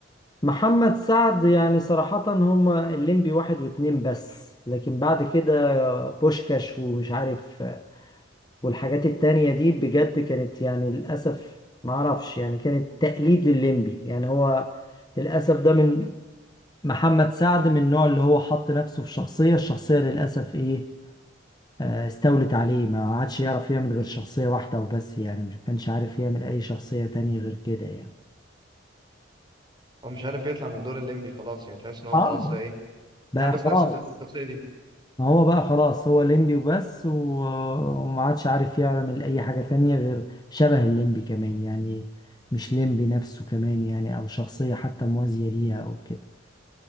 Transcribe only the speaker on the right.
أو مش عارف يطلع من دور الليمبي خلاص يعني تحس إن هو
خلاص إيه
حبس
نفسه في الشخصية دي